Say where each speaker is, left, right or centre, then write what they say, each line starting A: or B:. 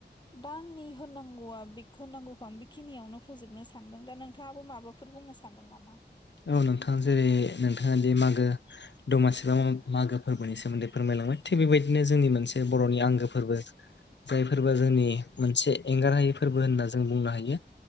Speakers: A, on the left; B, on the left.
A: दा आंनि होननांगौआ बेख होननांगौखौ आं बेखिनियावनो फोजोबनो सानदों दा नोंथाङाबो माबाफोर बुंनो सानदों नामा
B: औ नोंथाङ जेरै नोंथाङा दि मागो दमासि बा मागो फोरबोनि सोमोन्दै फोरमायलांबाय थिग बेबायदिनो जोंनि मोनसे बर'नि आंगो फोरबो जाय फोरबोआ जोंनि मोनसे एंगारहायै फोरबो होनना जों बुंनो हायो